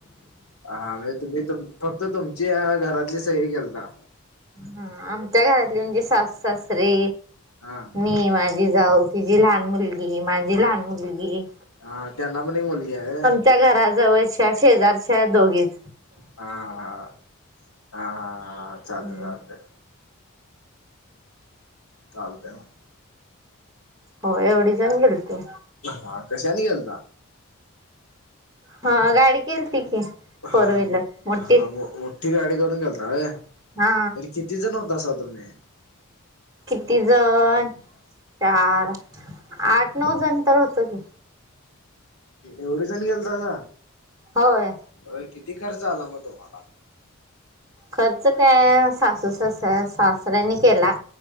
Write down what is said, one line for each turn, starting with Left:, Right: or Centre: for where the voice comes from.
Left: हा हा म्हणजे तुम्ही तु फक्त तुमची घरातली सई केलता
Right: ह आमच्या घरातली म्हणजे सासू सासरे
Left: हां
Right: मी माझी जाऊ तिझी लहान मुलगी माझी लहान मुलगी
Left: हां त्यांना पण एक मुलगी आहे
Right: त्या घराजवळच्या शेजारच्या या दोघीच
Left: हां हां हां हां चाल
Right: हम्म
Left: चालतय चालतंय
Right: हो एवढी जण गेलोतो
Left: हां कशा नी गेलत
Right: हां गाडी केली होती की फोर
Left: हा
Right: व्हीलर
Left: मो
Right: मोठी
Left: हा मो मोठी गाडी करून गेलात व्हय
Right: हा
Left: किती जण होता सा तुम्ही
Right: किती जण चार आठ नऊ जण तर होतं की,
Left: एवढे जण गेलतासा
Right: होय
Left: होयं किती खर्च आला मग तुम्हाला
Right: खर्च काय सासू स सासऱ्यांनी केला